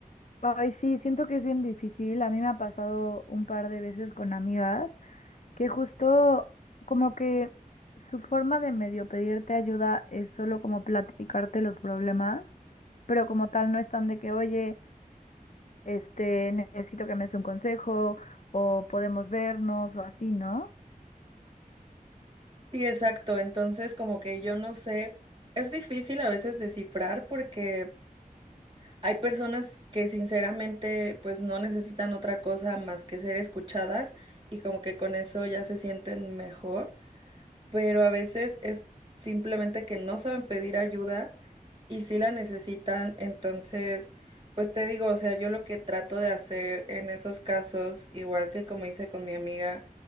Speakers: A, on the left; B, on the right.
A: Ay, sí, siento que es bien difícil. A mí me ha pasado un par de veces con amigas que justo como que su forma de medio pedirte ayuda es solo como platicarte los problemas, pero como tal no están de que, oye, este, necesito que me des un consejo o podemos vernos o así, ¿no?
B: Sí, exacto. Entonces como que yo no sé, es difícil a veces descifrar porque Hay personas que sinceramente pues no necesitan otra cosa más que ser escuchadas y como que con eso ya se sienten mejor pero a veces es simplemente que no saben pedir ayuda y sí la necesitan. Entonces, pues te digo, o sea, yo lo que trato de hacer en esos casos, igual que como hice con mi amiga,